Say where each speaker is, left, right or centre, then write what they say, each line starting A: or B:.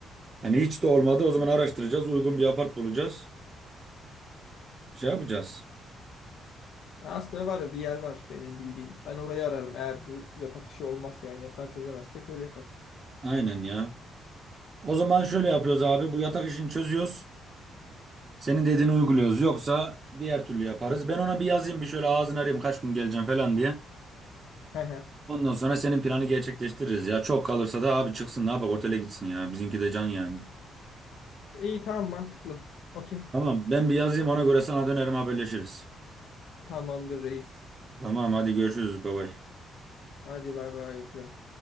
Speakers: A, on the right; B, on the left.
A: Hani hiç de olmadı o zaman araştıracağız. Uygun bir apart bulacağız. Şey yapacağız.
B: Aslında var ya, bir yer var benim bildiğim. Ben orayı ararım eğer bu yatak işi olmazsa yani yatağı çözemezsek öyle yaparız.
A: Aynen ya. O zaman şöyle yapıyoruz abi. Bu yatak işini çözüyoruz. Senin dediğini uyguluyoruz. Yoksa diğer türlü yaparız. Ben ona bir yazayım bir şöyle ağzını arayayım kaç gün geleceğim falan diye.
B: <laughs>
A: Ondan sonra senin planı gerçekleştiririz ya. Çok kalırsa da abi çıksın ne yapak otele gitsin ya. Bizimki de can yani.
B: İyi tamam mantıklı. Okey.
A: Tamam ben bir yazayım ona göre sana dönerim haberleşiriz.
B: Tamamdır reis.
A: Tamam hadi görüşürüz bye bye.
B: Hadi bay bay yapıyorum.